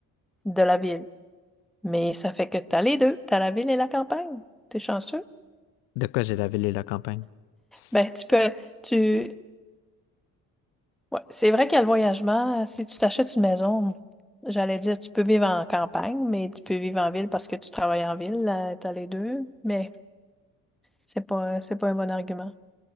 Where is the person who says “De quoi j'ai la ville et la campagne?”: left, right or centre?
Left